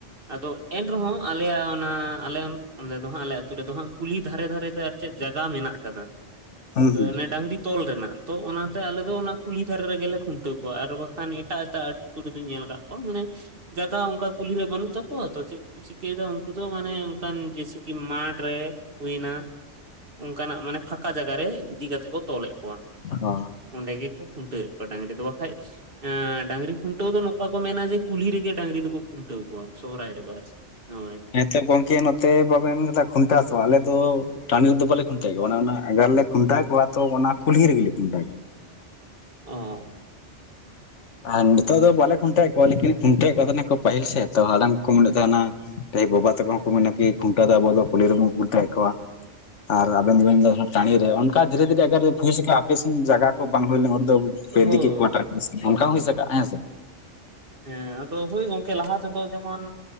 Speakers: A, on the right; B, on the left.
A: ᱟᱫᱚ ᱮᱱᱨᱮᱦᱚᱸ ᱟᱞᱮᱭᱟᱜ ᱚᱱᱟ ᱟᱞᱮ ᱚᱸᱰᱮ ᱫᱚ ᱦᱟᱸᱜ ᱟᱞᱮ ᱟᱛᱳ ᱨᱮᱫᱚ ᱦᱟᱸᱜ ᱠᱩᱞᱦᱤ ᱫᱷᱟᱨᱮ ᱫᱷᱟᱨᱮᱛᱮ ᱟᱨ ᱪᱮᱫ ᱡᱟᱭᱜᱟ ᱢᱮᱱᱟᱜ ᱠᱟᱫᱟ᱾
B: ᱦᱩᱸ
A: ᱟᱫᱚ
B: ᱦᱩᱸ
A: ᱚᱱᱮ ᱰᱟᱝᱨᱤ ᱛᱚᱞ ᱨᱮᱱᱟᱜ ᱛᱚ ᱚᱱᱟᱛᱮ ᱟᱞᱮ ᱫᱚ ᱚᱱᱟ ᱠᱩᱞᱦᱤ ᱫᱷᱟᱨᱮ ᱨᱮᱜᱮᱞᱮ ᱠᱷᱩᱱᱴᱟᱹᱣ ᱠᱚᱣᱟ ᱟᱨ ᱵᱟᱠᱷᱟᱱ ᱮᱴᱟᱜ ᱮᱴᱟᱜ ᱟᱹᱛᱩ ᱨᱮᱫᱚᱧ ᱧᱮᱞ ᱟᱠᱟᱫ ᱠᱚᱣᱟ ᱢᱟᱱᱮ ᱡᱟᱭᱜᱟ ᱚᱝᱠᱟ ᱠᱩᱞᱦᱤᱨᱮ ᱵᱟᱹᱱᱩᱜ ᱛᱟᱠᱚᱣᱟ ᱛᱚ ᱪᱮᱫ ᱠᱚ ᱪᱤᱠᱟᱹᱭᱫᱟ ᱩᱱᱠᱩ ᱫᱚ ᱢᱟᱱᱮ ᱚᱝᱠᱟᱱ ᱡᱮᱭᱥᱮ ᱠᱤ ᱢᱟᱴᱷ ᱨᱮ ᱦᱩᱭᱱᱟ ᱚᱝᱠᱟᱱᱟᱜ ᱢᱟᱱᱮ ᱯᱷᱟᱸᱠᱟ ᱡᱟᱭᱜᱟ ᱨᱮ ᱤᱫᱤ ᱠᱟᱛᱮᱜ ᱠᱚ ᱛᱚᱞᱮᱫ ᱠᱚᱣᱟ᱾
B: ᱚ
A: ᱚᱸᱰᱮ ᱜᱮᱠᱚ ᱠᱷᱩᱱᱴᱟᱹᱣᱮᱫ ᱠᱚᱣᱟ ᱰᱟᱹᱝᱨᱤ ᱫᱚ᱾ ᱵᱟᱠᱷᱟᱡ ᱮᱸᱻ ᱰᱟᱝᱨᱤ ᱠᱷᱩᱱᱴᱟᱹᱣ ᱫᱚ ᱱᱚᱝᱠᱟ ᱠᱚ ᱢᱮᱱᱟ ᱡᱮ ᱠᱩᱞᱦᱤ ᱨᱮᱜᱮ ᱰᱟᱝᱨᱤ ᱫᱚ ᱠᱷᱩᱱᱴᱟᱹᱣ ᱠᱚᱣᱟ ᱥᱚᱦᱨᱟᱭ ᱨᱮᱫᱚ ᱟᱨ ᱪᱮᱫ ᱦᱳᱭ᱾
B: ᱟᱪᱪᱷᱟ, ᱜᱚᱝᱠᱮ ᱱᱚᱛᱮ ᱵᱟᱵᱮᱱ ᱢᱮᱱᱫᱟ ᱠᱷᱩᱱᱴᱟᱹᱣ ᱠᱚᱣᱟ ᱟᱞᱮ ᱫᱚ ᱴᱟᱸᱰᱤ ᱨᱮᱫᱚ ᱵᱟᱞᱮ ᱠᱷᱩᱱᱴᱟᱹᱣᱮᱫ ᱠᱚᱣᱟ, ᱢᱟᱱᱮ ᱚᱱᱟ ᱟᱜᱟᱨᱮᱞᱮ ᱠᱷᱩᱱᱴᱟᱹᱣ ᱠᱚᱣᱟ ᱛᱚ ᱚᱱᱟ ᱠᱩᱞᱦᱤ ᱨᱮᱜᱮᱞᱮ ᱠᱷᱩᱱᱴᱟᱹᱣ ᱠᱚᱣᱟ᱾
A: ᱚ
B: ᱟᱨ ᱱᱤᱛᱳᱜ ᱫᱚ ᱵᱟᱞᱮ ᱠᱷᱩᱱᱴᱟᱹᱣᱮᱫ ᱠᱚᱣᱟ ᱞᱮᱠᱤᱱ ᱠᱷᱩᱱᱴᱟᱹᱣᱮᱫ ᱠᱚ ᱛᱟᱦᱮᱱᱟ ᱠᱚ ᱯᱟᱹᱦᱤᱞ ᱥᱮᱫ ᱛᱚ ᱦᱟᱲᱟᱢ ᱠᱚ ᱠᱚ ᱢᱮᱱᱮᱫ ᱛᱟᱦᱮᱱᱟ᱾ ᱮᱻ ᱵᱟᱵᱟ ᱛᱟᱠᱚ ᱦᱚᱸᱠᱚ ᱢᱮᱱᱟ ᱠᱤ ᱠᱷᱩᱱᱴᱟᱹᱣ ᱫᱚ ᱟᱵᱚ ᱫᱚ ᱠᱩᱞᱦᱤ ᱨᱮᱵᱚᱱ ᱠᱷᱩᱱᱴᱣᱮᱫ ᱠᱚᱣᱟ᱾ ᱟᱨ ᱟᱵᱮᱱ ᱫᱚᱵᱮᱱ ᱢᱮᱱᱫᱟ ᱴᱸᱟᱰᱤᱨᱮ, ᱚᱱᱠᱟ ᱫᱷᱤᱨᱮ ᱫᱷᱤᱨᱮ ᱮᱠᱟᱨ ᱠᱩᱞᱦᱤ ᱥᱮᱫ ᱟᱯᱮᱥᱮᱫ ᱡᱟᱭᱜᱟ ᱠᱚ ᱵᱟᱝ ᱦᱩᱭ ᱞᱮᱱᱟ ᱚᱸᱰᱮ ᱫᱚ ᱯᱮ
A: ᱦᱳᱭ
B: ᱤᱫᱤ ᱠᱮᱫ ᱠᱚᱣᱟ ᱮᱴᱟᱜ ᱰᱤᱥᱴᱤᱠ ᱚᱱᱠᱟ ᱦᱩᱭ ᱥᱟᱜᱼᱟ ᱦᱮᱸ ᱥᱮ
A: ᱦᱮᱸ ᱟᱫᱚ ᱦᱳᱭ ᱜᱚᱝᱠᱮ ᱞᱟᱦᱟ ᱛᱮᱫᱚ ᱡᱮᱢᱚᱱ